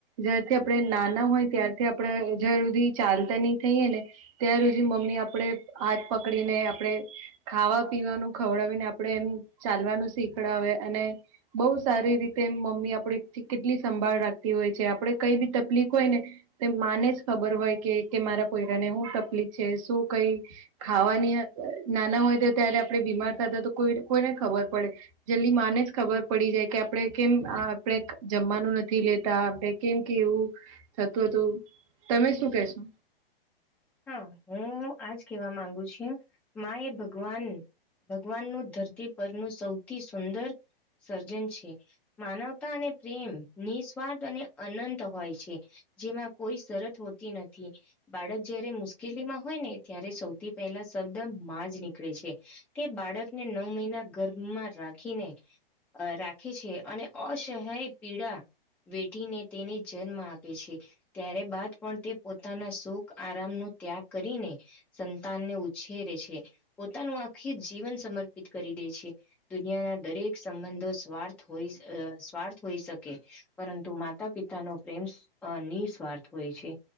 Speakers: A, on the right; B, in the centre.
A: જ્યારથી આપણે નાના હોય ત્યારથી આપણે જ્યાં સુધી ચાલતા નહી થઈએે ને ત્યાં સુધી મમ્મી આપણે હાથ પકડીને આપણેે ખાવા પીવાનું ખવડાવીને આપડણે એમ ચાલવાનું શીખડાવે અને બહુ સારી રીતે એમ મમ્મી આપડી થી કેટલી સંભાળ રાખતી હોય છે આપડે કઈ બી તકલીફ હોય ને તો માનેસ ખબર હોય કે તે મારા કોયરાને શું તકલીફ છે શું કઈ ખાવાની અહ નાનાઓ હદે ત્યારે આપડે બીમાર થતા તો કોઈ કોઈને ખબર પડે જલ્દી માંને જ ખબર પડી જાય કે આપડે કેમ આ આપડે જમવાનું નથી લેતા આપણે કેમ કે એવું થતું હતું. તમે શું કેશો?
B: હા, હું આજ કેવા માંગુ છું માં એ ભગવાન ભગવાનનું ધરતી પરનું સૌથી સુંદર સર્જન છે. માનવતા અને પ્રેમ નિસ્વાર્થ અને અનંત હોય છે. જેમાં કોઈ શરત હોતી નથી. બાળક જ્યારે મુશ્કેલીમાં હોય ને ત્યારે સૌથી પહેલા શબ્દ માં જ નીકળે છે. તે બાળકને નવ મહિના ગર્ભમાં રાખીને અહ રાખે છે અને અસહાય પીડા વેઠીને તેને જન્મ આપે છે ત્ય્યારે બાદ પણ તે પોતાના સુખ આરામ નો ત્યાગ કરીને સંતાનને ઉછેરે છે પોતાનું આખી જીવન સમર્પિત કરી દે છે દુનિયાના દરેક સંબંધો સ્વાર્થ સ્વાર્થ હોઈ શકે પરંતુ માતા પિતા નો પ્રેમ ની સ્વાર્થ હોય છે